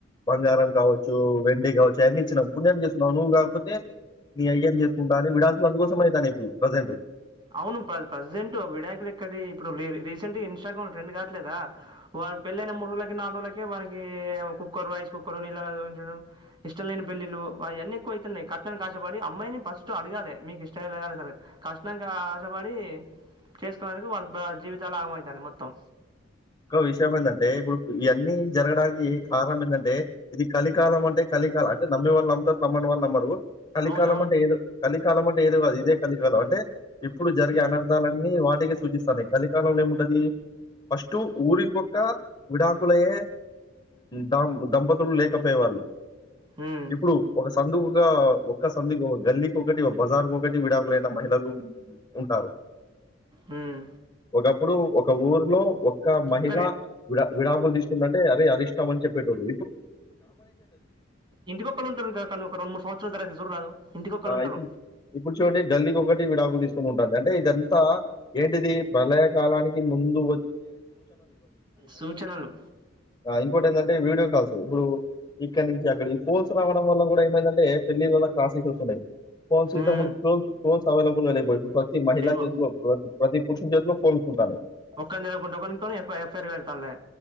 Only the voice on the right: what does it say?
అవును ప్రెసెంట్ విడాయకులు ఎక్కడి ఇప్పుడు రీసెంట్ ఇస్ాగ్రామ్ లో ట్రెండ్ కావట్లేదా వాారుళ పెళ్ళైన మూడు రోజులకి నాలుగు రోజులకేకి కుక్కర్ రైస్ కుక్కరు నీళ్ళ ఉంచడం ఇష్టం లేని పెళ్ిళ్ళలు అవన్నీక్కువ అవుతున్నాయి కట్టని కష్టపడి అమ్మాయిని ఫస్ట్ అడగాలి మీకు ఇష్టమగాలి కష్ట ఆశపడి చేసుకోడానికి వాళ్ళ జీవితాలు ఆగమవుతాని మొత్తం
అవు అవును.
హ్మ్.
హ్మ్.
హ్మ్.
ఒక్కరే.
ఇంటికొరు ఉంటారు క కానీ ఒక రెండు మూడు సంవత్సరాల తరవాత సురాదు రాదు ఇంటికొరు
ఉంటారు
సూచనలు
ఉమ్
లేవు
ఒక్కని తెలవకుంట ఒకనితోనే ఎఫ్ ఎఫ్ఐఆర్ పెడతాల్లే